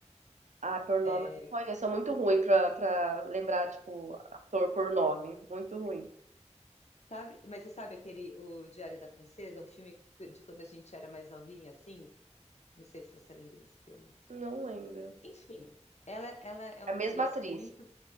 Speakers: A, on the right; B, on the left.
A: Ah, por nome
B: É,
A: eu não conheço. Sou muito ruim pra, pra lembrar, tipo, ator por nome. Muito ruim.
B: sabe- mas você sabe aquele, o Diário da Princesa, um filme de quando a gente era mais novinha, assim? Não sei se você lembra desse filme.
A: Não lembro.
B: Enfim, ela, ela é uma
A: É A
B: atriz
A: mesma atriz.
B: muito